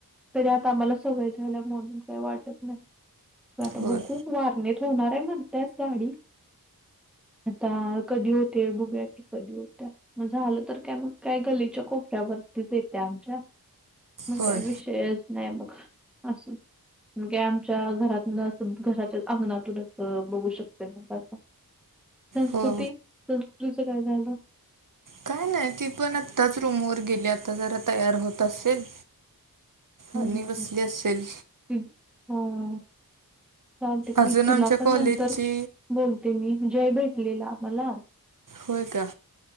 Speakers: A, in the centre; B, on the right (about 55°).
A: तरी आता आम्हाला सवय झाल्या म्हणून काही वाटत नाही. आता
B: होय.
A: बघु वारनेत होणार आहे म्हणत्यात गाडी. <unintelligible> आता कधी होतेय बघुया की कधी होतय मग झालं तर कॅब काय मग <inaudible> काय गल्लीच्या कोपऱ्यावरतीच येते आमच्या. मग
B: होय.
A: काय विषयच नाही मग असून. मग काय आमच्या घरातूनच <inaudible> घराच्या अंगणातूनच बघू शकत मग आता संस्कृती
B: हो.
A: <unintelligible> संस्कृतीच काय झालं?
B: काय नाही ती पण आताच रूम वर गेली आता जरा तयार होत असेल.
A: हम्म
B: आणि
A: हम्
B: बसली असेल.
A: हम्म हो. <unintelligible> चालते की
B: अजून
A: तिला
B: आमच्या
A: पण
B: कॉलेजची
A: नंतर बोलते मी जय भेटलेला आम्हाला <inaudible> हम्
B: होय का?